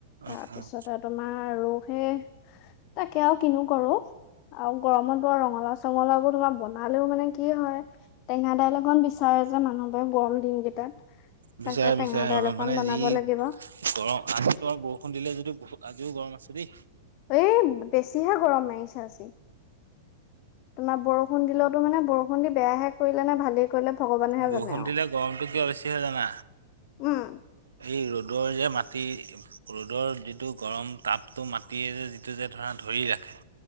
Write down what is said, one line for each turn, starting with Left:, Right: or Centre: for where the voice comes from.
Right: অ',
Left: তাৰপিছতে
Right: অ',
Left: তোমাৰ আৰু সেই তাকে আৰু কিনো কৰোঁ। আৰু গৰমত বৰ ৰঙালাও, চঙলাওবোৰ তোমাৰ বনালেও মানে কি হয়, টেঙা দাইল এখন বিচাৰে যে, মানুহবাৰে গৰম দিনকেইটাত।
Right: বিচাৰে,
Left: তাকে
Right: বিচাৰে
Left: টেঙা দাইল
Right: অ',
Left: অকণ
Right: মানে
Left: বনাব
Right: যি
Left: লাগিব।
Right: গৰম <unintelligible> বৰষুণ দিলে যদিয়ো বহুত জিও গৰম আছে দেই।
Left: এই বেছিহে গৰম মাৰিছে আজি। তোমাৰ বৰষুণ দিলোয়োতো মানে বৰষুণ দি বেয়াহে কৰিলেনে, ভালেই কৰিলে ভগৱানেহে
Right: বৰষুণ
Left: জানে আৰু।
Right: দিলে গৰমটো কিয় বেছি হয়, জানা?
Left: উম।
Right: এই ৰ'দৰ যে, মাটি ৰ'দৰ যিটো গৰম তাপটো মাটিয়ে যে, যিটো যে, ধৰা ধৰি ৰাখে